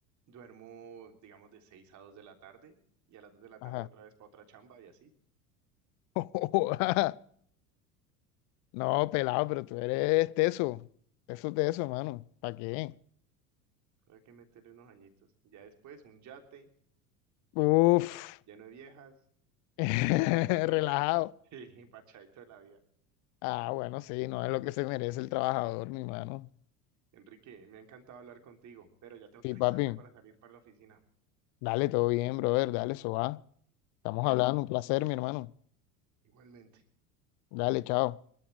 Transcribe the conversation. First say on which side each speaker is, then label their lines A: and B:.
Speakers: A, on the right; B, on the left.
A: Duermo, digamos, de 6 a 2 de la tarde y a las dos de la tarde
B: Ajá.
A: otra vez para otra chamba y así.
B: <laughs> No, pelado, pero tú eres teso, teso, teso, mano, ¿para qué?
A: Creo que hay que meterle unos añitos. Ya después, un yate
B: Uf,
A: con lleno de viejas,
B: <laughs>
A: música,
B: relajado.
A: <laughs> sí, parchadito de la vida.
B: Ah, bueno, sí, no
A: Sí.
B: es lo que se merece el trabajador, mi hermano.
A: Enrique, me ha encantado hablar contigo, pero ya tengo que
B: Sí,
A: alistarme
B: papi,
A: para salir para la oficina.
B: dale, todo bien, brother, dale, eso va. Estamos hablando, un placer, mi hermano.
A: Igualmente.
B: Dale, chao.